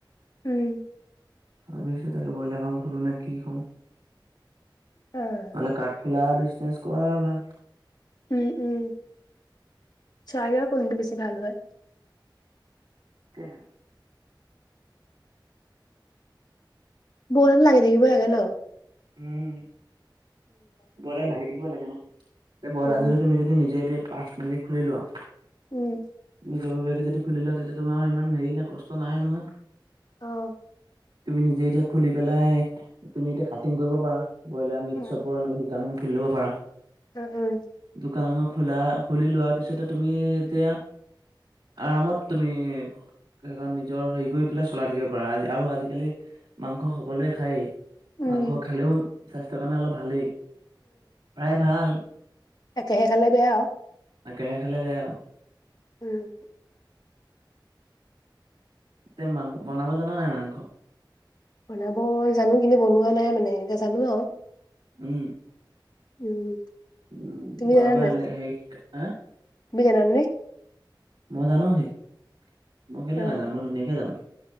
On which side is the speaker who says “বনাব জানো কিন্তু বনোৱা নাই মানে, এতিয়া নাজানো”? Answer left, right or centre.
Left